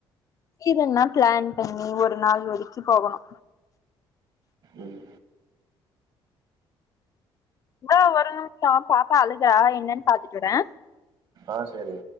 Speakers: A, on the left; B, on the right.
A: இதன்னா பிளான் பண்ணி ஒரு நாள் வரைக்கூ போகணு
B: ம்
A: மா ஒரு நிமிஷம் பாப்பா அழுகா என்னன்னு பாத்துட்டுறே
B: ஆ செரி